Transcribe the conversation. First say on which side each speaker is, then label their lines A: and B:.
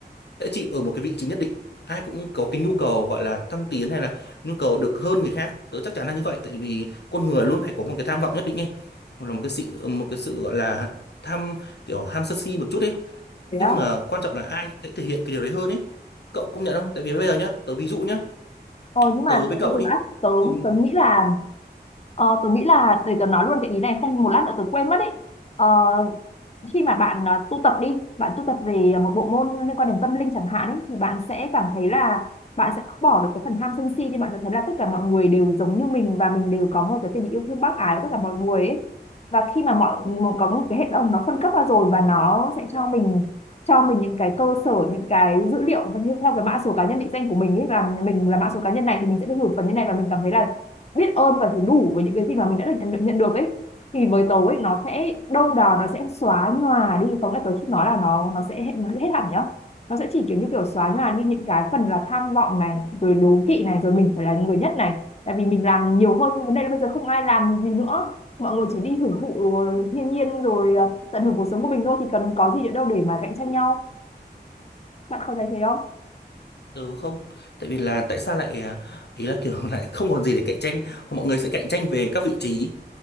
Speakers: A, on the left; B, on the left.
A: sẽ chịu ở một cái vị trí nhất định ai cũng có cái nhu cầu gọi là thăng tiến hay là nhu cầu được hơn người khác tớ chắc chắn là như vậy tại vì con người luôn phải có một cái tham vọng nhất định ấy hoặc là một cái sự một cái sự gọi là tham kiểu ham sân si một chút ấy nhưng
B: thế á
A: mà quan trọng là ai sẽ thể hiện cái điều đấy hơn ấy cậu công nhận không tại vì bây giờ nhá tớ ví dụ nhá
B: Ờ, nhưng mà
A: tớ
B: thật
A: với cậu
B: sự
A: đi
B: á, tớ,
A: Ừ.
B: tớ nghĩ là ờ, tớ nghĩ là để tớ nói luôn cái ý này không một lát nữa tớ quên mất ấy Ờ, khi mà bạn à, tu tập đi bạn tu tập về một bộ môn liên quan đến tâm linh chẳng hạn ấy, thì bạn sẽ cảm thấy là bạn sẽ bỏ được cái phần tham sân si thì bạn sẽ thấy là tất cả mọi người đều giống như mình và mình đều có một cái tình yêu thương bác ái với tất cả mọi người ấy và khi mà mọi một có một cái hệ thống nó phân cấp ra rồi và nó sẽ cho mình cho mình những cái cơ sở những cái dữ liệu và theo cái mã số cá nhân định danh của mình ấy là mình là mã số cá nhân này thì mình sẽ được hưởng phần như này và mình cảm thấy là biết ơn và thấy đủ với những cái gì mà mình đã được nhận, nhận được ấy thì với tớ ấy nó sẽ đâu đó nó sẽ xóa nhòa đi có nghĩa là tớ không nói là nó nó sẽ hết, nó sẽ hết hẳn nhá nó sẽ chỉ kiểu như kiểu xóa nhòa đi những cái phần là tham vọng này rồi đố kỵ này rồi mình phải là người nhất này tại vì mình làm nhiều hơn nhưng vấn đề là bây giờ không ai làm gì nữa mọi người chỉ đi hưởng thụ ờ, thiên nhiên rồi ờ, tận hưởng cuộc sống của mình thôi thì cần có gì nữa đâu để mà cạnh tranh nhau bạn có thấy thế không
A: tớ không tại vì là tại sao lại à, ý là kiểu <laughs> lại không còn gì để cạnh tranh mọi người sẽ cạnh tranh về các vị trí